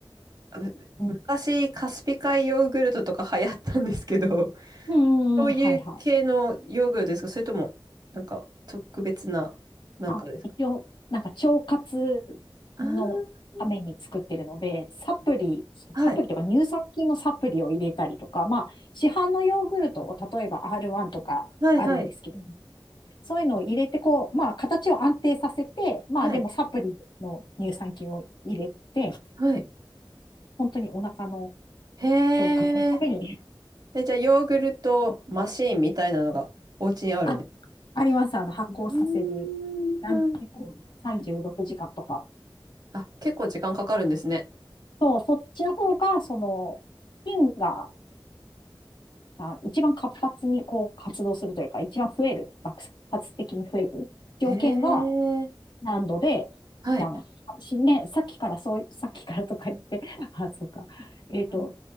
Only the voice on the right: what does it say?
む昔カスピ海ヨーグルトとか流行ったんですけど、
<laughs>
そういう系のヨーグルトですかそれとも、
なんか特別な、なんかですか
ああ、
はい、
はい、はい、
はい、
はい。
へえ、
え、じゃあ、ヨーグルトマシーンみたいなのがお家にあるんです。
うーん。
あ、結構時間かかるんですね。
へえ、
はい。
うん